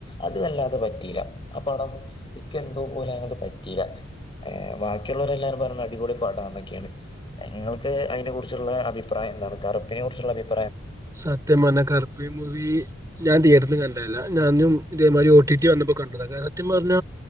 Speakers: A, on the left; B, on the right.
A: അത് വല്ലാതെ പറ്റീയില ആ പടം ഇക്ക എന്തോ പോലെ അങ്ങോട്ട് പറ്റിയില്ല ഏ ബാക്ക ള്ളവരെല്ലാരും പറഞ്ഞു അടിപൊളി പടാ എന്നൊക്കെയാണ് ഞൾക്ക് അയിനെ കുറിച്ചുള്ള അഭിപ്രായം എന്താണ് കറുപ്പിനെ കുറിച്ചുള്ള അഭിപ്രായ
B: സത്യം പറഞ്ഞ കറുപ്പീ ഞാൻ തിയേറ്ററിന്ന് കണ്ടയല്ല ഞാനും ഇതേമാതിരി ഒ ടി ടി വന്നപ്പോ കണ്ടത സത്യം പറഞ്ഞ